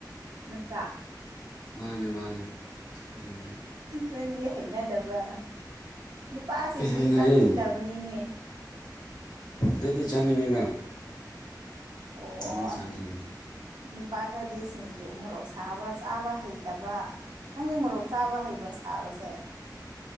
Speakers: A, on the right; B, on the left.
A: ꯅꯠꯇ꯭ꯔꯥ
B: ꯃꯥꯅꯦ ꯃꯥꯅꯦ ꯁꯤꯡꯖꯨꯗꯤ
A: ꯅꯪꯗꯤ ꯍꯩꯅꯗꯕ꯭ꯔꯥ ꯅꯨꯄꯥꯁꯤꯡꯗꯤ
B: ꯍꯩꯅꯩꯌꯦ
A: ꯆꯥꯅꯤꯡꯗꯕꯅꯤꯅꯦ
B: ꯑꯩꯗꯤ ꯆꯥꯅꯤꯡꯉꯤꯗ
A: ꯑꯣ
B: ꯑꯩꯅ ꯆꯥꯅꯤꯡꯉꯤ
A: ꯅꯨꯄꯥ ꯈꯔꯗꯤ ꯁꯤꯡꯖꯨ ꯃꯣꯔꯣꯛ ꯁꯥꯕ ꯆꯥꯕ ꯍꯩꯇꯕ ꯅꯪꯗꯤ ꯃꯣꯔꯣꯛ ꯆꯥꯕ ꯍꯩꯕ꯭ꯔꯥ ꯁꯥꯕꯁꯦ